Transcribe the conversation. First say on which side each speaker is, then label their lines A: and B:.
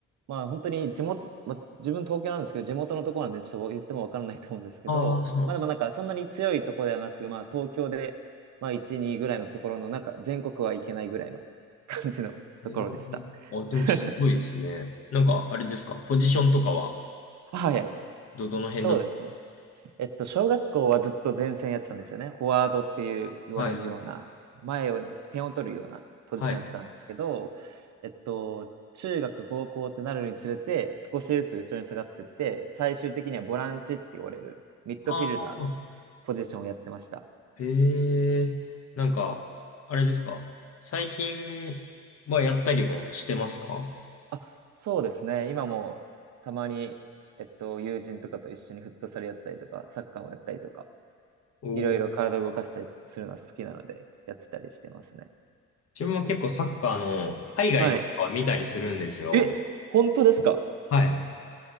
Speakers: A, on the right; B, on the left.
A: まあ本当に地元、まあ、自分東京なんですけど、地元のところなんでちょっと言ってもわからないと思うんですけど、
B: ああー、そうなんです。
A: まあでもなんかそんなに強いところではなく、まあ東京で、まあ1、2ぐらいのところの、なんか全国はいけないぐらいの感じのところでした。
B: えー、あ、でもすごいですね。
A: <laughs>
B: なんか、あれですかポジションとかは、
A: あ、はいはい。
B: ど、どの辺だった
A: そうですね。えっと、小学校はずっと前線やってたんですよね。フォワードっていう言われるような、
B: はいはい。
A: 前を、点を取るようなポジションやってたんですけど、
B: はい。
A: えっと、中学、高校ってなるにつれて、少しずつ後ろに下がってって、最終的にはボランチって言われる、ミッドフィルダーの
B: ああ、
A: ポジションをやってました。
B: へえ。なんか、あれですか最近はやったりもしてますか
A: あ、そうですね。今もたまに、えっと、友人とかと一緒にフットサルやったりとか、サッカーもやったりとか、
B: お
A: いろいろ体を動かしたりするのは好きなので、やってたりしてますね。
B: 自分も結構サッカーの海外のは見たりするんですよ。
A: はい。え、本当ですか
B: はい。